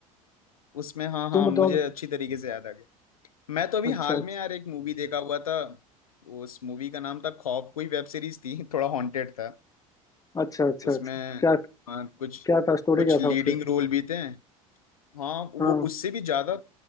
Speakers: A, on the left (about 90°); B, on the left (about 20°).
A: उसमें हाँ हाँ
B: तुम बताओ
A: मुझे अच्छी तरीके से याद आ गया मैं तो अभी
B: अच्छा
A: हाल
B: अच्छा
A: में यार एक मूवी देखा हुआ था उस मूवी का नाम था खौफ कोई वेब सीरीज थी <laughs> थोड़ा हॉन्टेड था
B: अच्छा अच्छा
A: उसमें
B: अच्छा क्या
A: हाँ, कुछ
B: क्या था स्टोरी
A: कुछ
B: क्या
A: लीडिंग
B: था उसके
A: रोल भी थे हाँ वो
B: हाँ
A: उससे भी ज्यादा